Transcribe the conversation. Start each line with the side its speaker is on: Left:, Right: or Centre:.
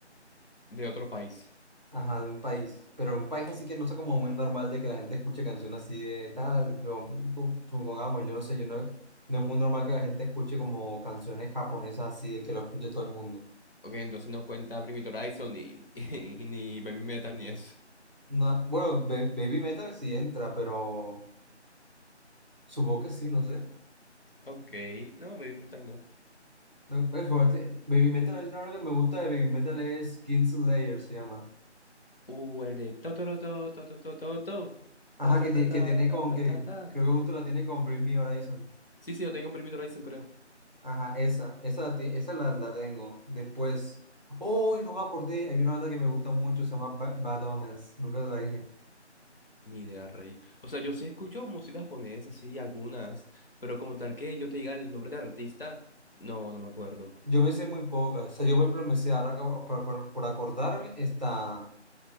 Left: de otro país.
Right: ajá, de un país, pero un país así que no sea como muy normal de que la gente escuche canciones así de tal, yo, con- supongamos, yo no sé, yo no, no es muy normal que la gente escuche como canciones japonesas así de que lo escuche todo el mundo.
Left: Ok, entonces no cuenta Primitive Horizon ni, <laughs> ni Baby Metal ni eso.
Right: No, bueno, ba- Baby Metal sí entra, pero supongo que sí, no sé.
Left: Ok, no, Baby Metal no.
Right: No, pues, jugaste- Baby Metal es lo que me gusta de Baby Metal es Kingslayer, se llama.
Left: Uh, el de to, to, to, to, to, to, to, to,
Right: Ajá,
Left: ta, ta,
Right: que
Left: ta,
Right: tiene,
Left: ta,
Right: que tiene
Left: ta,
Right: con,
Left: ta,
Right: que
Left: ta, ta.
Right: creo que justo la tiene con Bring Me Horizon.
Left: Sí, sí, yo tengo Bring Me the Horizon, creo.
Right: Ajá, esa, esa, la ti- esa la, la tengo. Después, oh, no me acordé, hay una banda que me gusta mucho, se llama Ba- Bad Omens, nunca te la dije.
Left: Ni idea, rey. O sea, yo sí escucho música japonesa, sí, algunas, pero como tal que yo te diga el nombre de artista, no, no me acuerdo.
Right: Yo me sé muy pocas, o sea, yo por ejemplo me sé ahora como por, acor- por acordarme, está